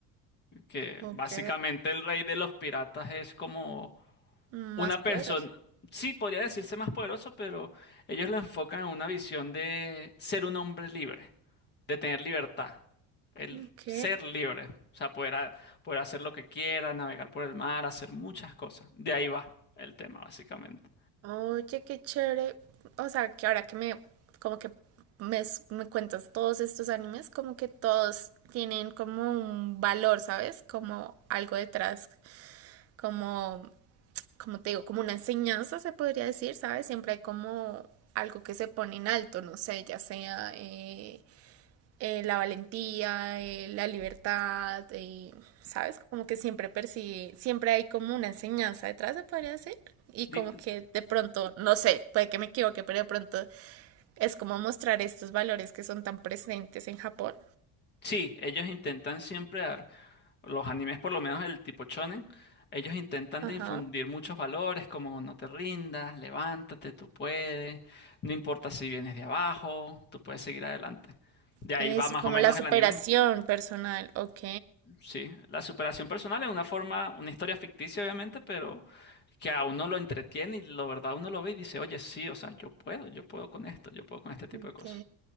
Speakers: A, on the left (about 30°); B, on the right (about 40°).
A: que
B: ok,
A: básicamente el rey de los piratas es como
B: más
A: una
B: poderoso.
A: persona, sí, podría decirse más poderoso, pero ellos lo enfocan en una visión de ser un hombre libre. de tener libertad, el
B: Ok.
A: ser libre, o sea, poder, ha- poder hacer lo que quiera, navegar por el mar, hacer muchas cosas. De ahí va el tema, básicamente.
B: Oye, qué chévere. O sea, que ahora que me, como que me, s- me cuentas todos estos animes, como que todos tienen como un valor, ¿sabes? Como algo detrás, como, como te digo, como una enseñanza se podría decir, ¿sabes? Siempre hay como algo que se pone en alto, no sé, ya sea eh, eh, la valentía, eh, la libertad, eh, ¿sabes? Como que siempre persigue, siempre hay como una enseñanza detrás, se podría decir. Y como
A: Di-
B: que de pronto, no sé, puede que me equivoque, pero de pronto es como mostrar estos valores que son tan presentes en Japón.
A: sí, ellos intentan siempre dar, los animes por lo menos el tipo shonen, ellos intentan
B: Ajá.
A: de infundir muchos valores como no te rindas, levántate, tú puedes, no importa si vienes de abajo, tú puedes seguir adelante. De
B: Es
A: ahí va más
B: como
A: o menos
B: la superación
A: el anime.
B: personal. Ok.
A: Sí, la superación personal es una forma, una historia ficticia obviamente, pero que a uno lo entretiene y la verdad uno lo ve y dice, oye, sí, o sea, yo puedo, yo puedo con esto, yo puedo con este tipo
B: Ok,
A: de cosas.